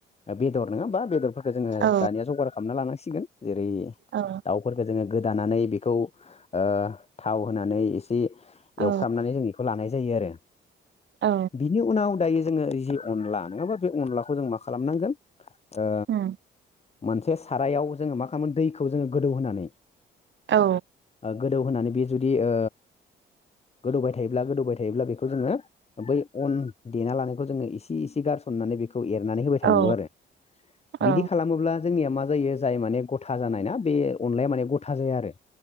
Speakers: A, on the left; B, on the right.
A: ओ बेदर नङा होनबा बेदर फोरखो जोङो
B: औ
A: दानिया जगार खामना लानांसिगोन जेरै
B: औ
A: दाउफोरखौ जोङो गोदानानै बेखौ ओ थाव होनानै इसि
B: औ
A: एवफ्रामनानै जों इखौ लानाय जा यो आरो
B: औ
A: बिनि उनाव दायो जोङो जि अनला नङाबा बे अनलाखौ जों मा खालामनांगोन ओ
B: उम
A: मोनसे सारायाव जोङो मा खालामो दैखौ जोङो गोदौ होनानै
B: औ
A: गोदौ होनानै बेयो जुदि ओ गोदौबाय थायोब्ला गोदौबाय थायोब्ला बे खौ जोङो बै अन देना लानायखौ जों इसे इसे गारसनानै बि खौ एरनानै होबाय
B: औ
A: थानांगौ आरो
B: औ
A: बिदि खालामोब्ला जोंनिया मा जायो जाय माने गथा जानाय ना बे अनलाया माने गथा जाया आरो